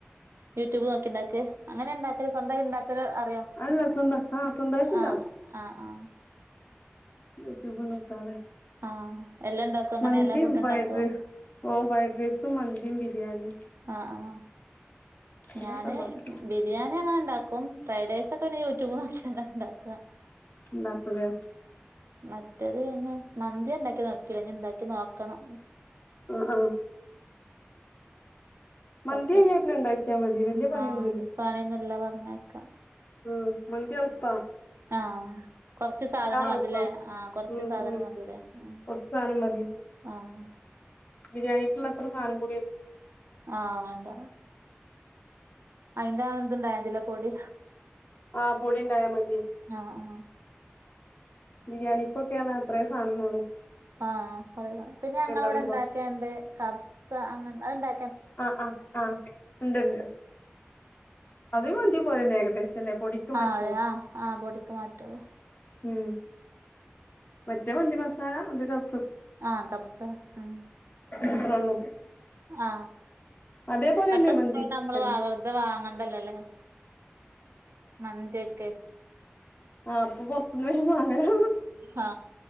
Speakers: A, on the right; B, on the left.
A: യൂട്യൂബ് നോക്കി ഇണ്ടാക്കെ അങ്ങനെ ഇണ്ടാക്കല് സ്വന്തായി ഇണ്ടാ ഇത്രെ അറിയോ
B: അല്ല സ്വന്തം ആ സ്വന്തമായിട്ടുണ്ടാക്കും
A: ആ ആ ആ
B: യുറ്റ്യൂബ് നോക്കാതെ
A: ആഹ് എല്ലാം ഇണ്ടാക്കോ അങ്ങനെ
B: മന്തിയും
A: എല്ലാ ഫുഡ്
B: ഫ്രൈഡ്
A: ഉണ്ടാക്കോ?
B: റൈസ് ഓ ഫ്രൈഡ് റൈസും മന്തിയും ബിരിയാണിയും
A: ആ ആ
B: അങ്ങനൊക്കെ
A: ഞാന്
B: ഉണ്ടാക്കും
A: ബിരിയാണി അങ്ങനെ ഇണ്ടാക്ക ഇപ്പം ഫ്രൈഡേയ്സ് ഒക്കെന്നെ യൂട്യൂബ് നോക്ക്യാണ്ടാണ്ടാക്കാ
B: ഇണ്ടാക്കുലേ
A: മറ്റേത് പിന്നെ മന്തി ഞാ ഇണ്ടാക്കി നോക്കീല ഇഞ് ഇണ്ടാക്കി നോക്കണം.
B: ആ ആ മന്തി
A: ഒറ്റക്ക്
B: എങ്ങനെ ഉണ്ടാക്കിയാൽ മതി വല്യ പണിയൊന്നുമില്ല
A: ആഹ് പണിയൊന്നുംല്ല പറഞ്ഞേക്കാ
B: ഉം മന്തി എള്പ്പാ
A: ആഹ് കൊറച്ച് സാധനം
B: എളുപ്പാ
A: മതിലേ ആഹ് കൊറച്ച്
B: ഉം
A: സാധനം
B: ഉം
A: മതി ലേ ഉം
B: കുറച്ച് സാനം മതി.
A: ആഹ്
B: ബിരിയാണിക്ക്ള്ള അത്രസാനം കൂ
A: ആഹ് വാണ്ട അയിൻ്റെ ആ ദ് ണ്ടായാതിലെ പൊടി.
B: ആഹ് പൊടി ഇണ്ടായാ മതി.
A: ആഹ് ആഹ്
B: ബിരിയാണിക്കൊക്കെ ർഞ്ഞ എത്രേ സാനം മാണം.
A: ആഹ് കൊറേ സാ പിന്നെ ഞങ്ങളെ ഇവിടെ
B: പറയുമ്പോ
A: ഇണ്ടാക്ക്യാണ്ട് കബ്സ അങ്ങൻ അത്ണ്ടാ
B: ആ ആ ആ ഇണ്ട് ണ്ട് അതീ മന്തി പോലെന്നെ ഏകദേശം അല്ലേ പൊടിക്ക് മാറ്റൊള്ളൂ
A: ആഹ് അതെ ആ ആ പൊടിക്ക് മാറ്റോള്ളൂ.
B: ഉം മറ്റേ മന്തി മസാല അധികം
A: ആ കബ്സ ഉം
B: അത്രൊള്ളൂ
A: ആ
B: അതേപോലെന്നെ
A: <unintelligible>
B: മന്തി വെക്കല്
A: നമ്മള് വ വെറുതെ വാങ്ങണ്ടല്ലോല്ലേ. മന്തിയൊക്കെ.
B: ആ അപ്പൊ പൊറത്ത്ന്ന് വാങ്ങലാ
A: ഹാ